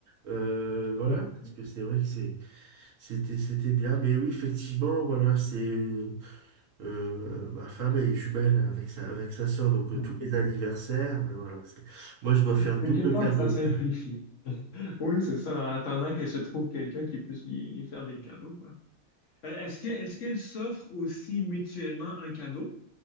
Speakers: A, on the right (about 65°); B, on the left (about 60°).
A: Euh, voilà,
B: <laughs>
A: parce que c'est vrai que c'est. C'était, c'était bien, mais oui, effectivement, voilà, c'est euh, euh, ma femme est jumelle avec sa, avec sa sœur, donc
B: Hmm.
A: euh, tous les anniversaires, ben voilà, c'est- moi je dois faire
B: Quelque
A: double
B: part,
A: cadeau.
B: ça simplifie. <laughs> Oui, c'est ça, en attendant qu'elle se trouve quelqu'un qui puisse lui, lui faire des cadeaux, quoi. Euh, Est-ce que, est-ce qu'elles s'offrent aussi mutuellement un cadeau?